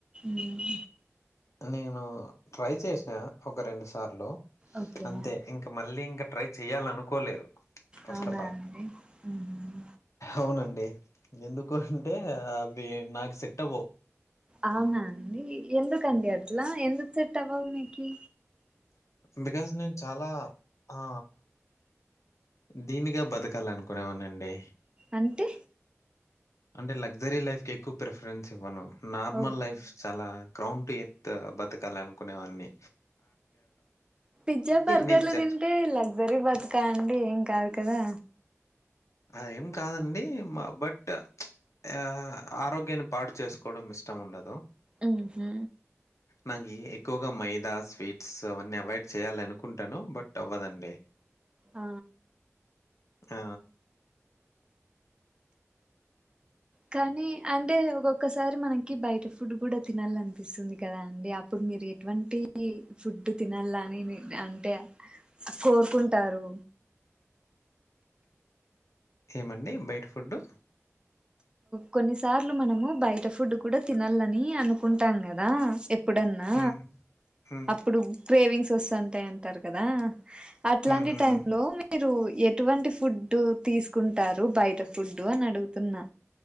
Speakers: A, on the right; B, on the left.
A: అవునా
B: నేను ట్రై చేసినా ఒక రెండు సార్లు
A: ఓకే
B: అంతే ఇంక మళ్ళీ ఇంక ట్రై చేయాలనుకోలేదు ఫస్ట్
A: అవునా
B: ఆఫ్ ఆల్
A: అండి మ్మ్.
B: అవునండి ఎందుకు అంటే అవి నాకు సెట్ అవ్వవు
A: అవునా అండి ఎందుకండి అట్లా ఎందుకు సెట్ అవ్వావు మీకు
B: బికాస్ నేను చాలా ఆ దీనిగా బతకల్ల అనుకునేవాడినండి
A: అంటే
B: అంటే లగ్జరీ లైఫ్ కి ఎక్కువ ప్రిఫరెన్స్ ఇవ్వను నార్మల్
A: ఓకే
B: లైఫ్ చాలా క్రౌంప్ ఎత్ బతకళ్ళ అనుకునేవని
A: పిజ్జా బర్గర్లు
B: నేను జ
A: తింటే లగ్జరీ బతుక అండి ఏం కాదు కదా
B: అదేం కాదండి బట్ ఆ ఆరోగ్యాన్ని పాడు చేసుకోవడం ఇష్టం ఇష్టం ఉండదు
A: ఉహు
B: నాకు ఎక్కువగా మైదా స్వీట్స్ అవన్నీ అవాయిడ్ చేయాలి అనుకుంటాను బట్ అవ్వదండి
A: ఆ
B: ఆ
A: కానీ అంటే ఒకోక్కసారి మనకి బయట ఫుడ్ కూడా తినాల అనిపిస్తుంది కదా అండి అప్పుడు మీరు ఎటువంటి ఫుడ్ తినాలని అంటే కోరుకుంటారు
B: ఏమండి బయట ఫుడ్డు
A: కొన్నిసార్లు మనము బయట ఫుడ్ కూడా తినాలని అనుకుంటాం కదా ఏప్ ప్పుడన్నా
B: హ్మ్. హ్మ్.
A: అప్పుడు గ్రేవింగ్స్ వస్తుంటాయి అంటారు కదా అట్లాంటి
B: హ్మ్. హ్మ్.
A: టైం లో మీరు ఎటువంటి ఫుడ్డు తీసుకుంటారు బయట ఫుడ్డు అని అడుగుతున్నా